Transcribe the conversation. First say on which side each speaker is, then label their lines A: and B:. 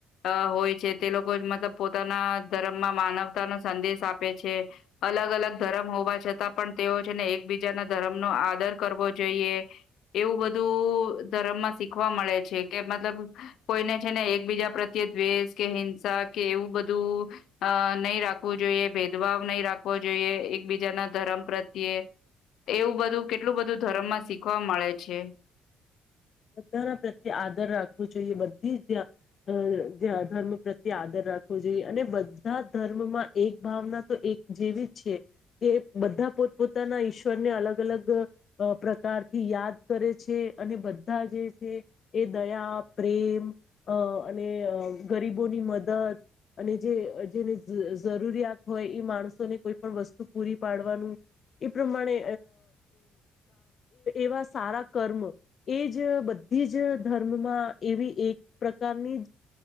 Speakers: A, on the left; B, on the left.
A: હોય છે. તે લોકો મતલબ પોતાના ધર્મમાં માનવતા નો સંદેશ આપે છે. અલગ અલગ ધર્મ હોવા છતાં પણ તેઓ છેને એકબીજાના ધર્મનોો આદર કરવો જોઈએ. એવું બધું ધર્મમાં શીખવા મળે છે, કે મતલબ કોઈને છેને એકબીજા પ્રત્યે દ્વેષ કે કે એવું બધું અ નહીિ રાખવું જોઈએ. ભેદભાવ નહી, રાખવો જોઈએ. એક બીજાના ધર્મ પ્રત્યે એવું બધું કેટલું બધું ધર્મમાં શીખવા મળે છે.
B: બધા પ્રત્યે આદર રાખવો જોઈએ બધી ધર્મ પ્રત્યે આદર રાખવો જોઈએ અને બધા ધર્મમાં એક ભાવના તો એક જેવી જ છે. કે બધા પોતપોતાના ઈશ્વર ને અલગ અલગ પ્રકારથી યાદ કરે છે. અને. બધા જે છે. એ દયા પ્રેમ અને ગરીબોની મદદ અને જે જેને જરૂરિયાત હોય એ માણસોને કોઈ પણ વસ્તુ પૂરી પાડવાનું એ પ્રમાણે એવા સારા કર્મ. એ જ બધી જ ધર્મમાં, એવી એક પ્રકારની